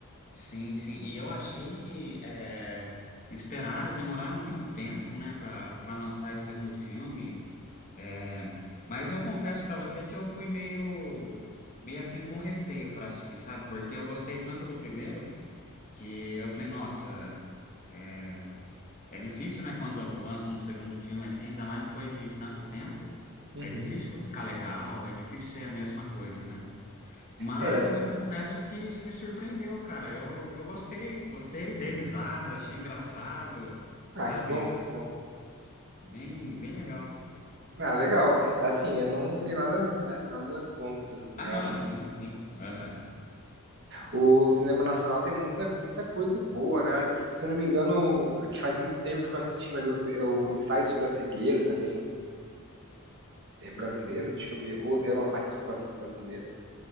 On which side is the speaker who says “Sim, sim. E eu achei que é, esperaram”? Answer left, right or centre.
Left